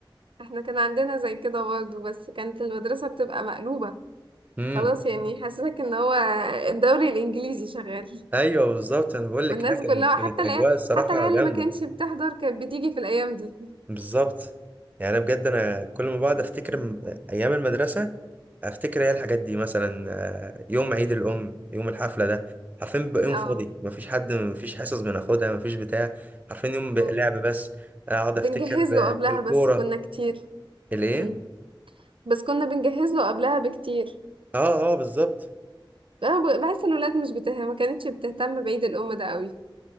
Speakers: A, on the right (about 80°); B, on the right (about 20°).
A: احنا كان عندنا زي كده برضه بس كانت المدرسة بتبقى مقلوبة
B: امم
A: خلاص يعني يحسسك ان هو الدوري الإنجليزي شغال
B: ايوه بالظبط انا
A: <laughs>
B: بقول لك
A: والناس
B: لا كانت
A: كلها
B: كانت
A: حتى
B: اجواء
A: العيال
B: الصراحه
A: حتى العيال
B: جامده
A: اللي ما كانتش بتحضر كانت بتيجي في الأيام دي <laughs>
B: بالظبط يعني انا بجد انا كل ما بقعد افتكر م- ايام المدرسه افتكر ايه الحاجات دي مثلا آه، يوم عيد الام يوم الحفله ده عارفين بيبقى يوم
A: اه
B: فاضي مفيش حد مفيش حصص بناخدها مفيش بتاع عارفين يوم بيبقى
A: مم.
B: لعب بس اقعد
A: بنجهز
B: افتكر
A: له
B: آه،
A: قبلها
B: الكوره
A: بس كنا كتير
B: الايه
A: مم. بس كنا بنجهز له قبلها بكتير
B: اه اه بالظبط
A: انا ب- بحس ان الولاد مش بته... ما كانتش بتهتم بعيد الام ده قوي